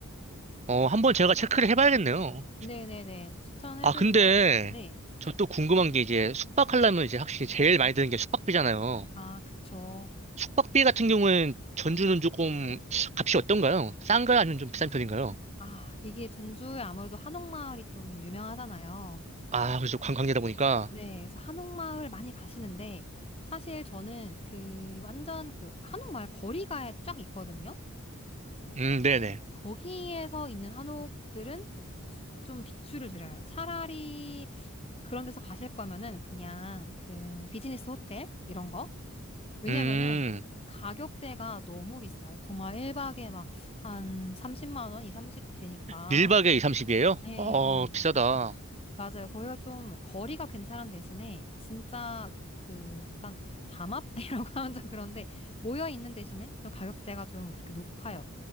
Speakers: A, on the right; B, on the left.
A: 어, 한번 제가 체크를 해봐야겠네요.
B: 네네네, 추천해드리고,
A: 아, 근데
B: 네.
A: 저 또 궁금한 게 이제 숙박하려면 이제 확실히 제일 많이 드는 게 숙박비잖아요.
B: 아, 그쵸.
A: 숙박비 같은 경우는 전주는 조금 값이 어떤가요? 싼가요? 아니면 좀 비싼 편인가요?
B: 아, 이게 전주에 아무래도 한옥마을이 좀 유명하잖아요.
A: 아, 그래서 관광지다 보니까.
B: 네, 그래서 한옥마을 많이 가시는데, 사실 저는 그 완전 그 한옥마을 거리가 쫙 있거든요?
A: 음, 네네.
B: 거기에서 있는 한옥들은 좀 비추를 드려요. 차라리 그런 데서 가실 거면은 그냥 그 비즈니스 호텔 이런 거. 왜냐면은
A: 음,
B: 가격대가 너무 비싸요. 정말 1박에 막 한 30만 원, 2, 30 되니까.
A: 1박에 2, 30이에요?
B: 네,
A: 어, 비싸다.
B: 맞아요. 거기가 좀 거리가 괜찮은 대신에 진짜 그 약간 담합이라고 <laughs> 하면 좀 그런데 모여 있는 대신에 좀 가격대가 좀 그렇게 높아요.